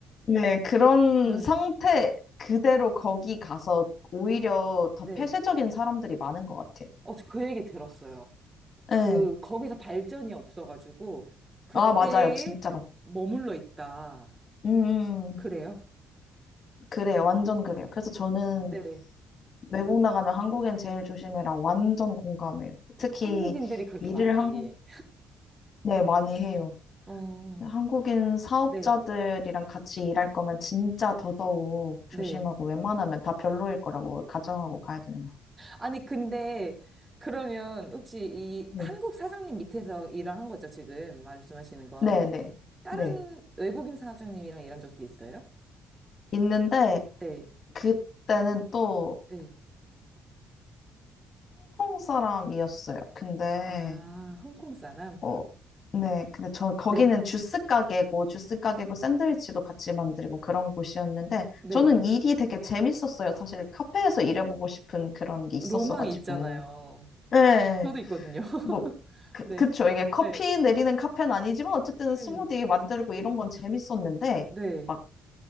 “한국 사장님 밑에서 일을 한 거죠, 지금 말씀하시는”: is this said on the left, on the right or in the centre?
Right